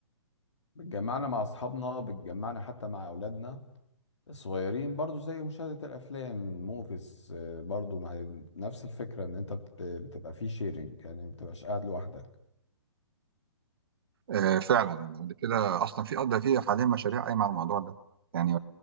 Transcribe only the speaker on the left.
بتجمعنا مع اصحابنا بتجمعنا حتى مع اولادنا الصغيرين برضو زي مشاهده الافلام موفيز آه، برضو مع نفس الفكره ان انت بت- بتبقى فيه شيرنج يعني ما بتبقاش قاعد لوحدك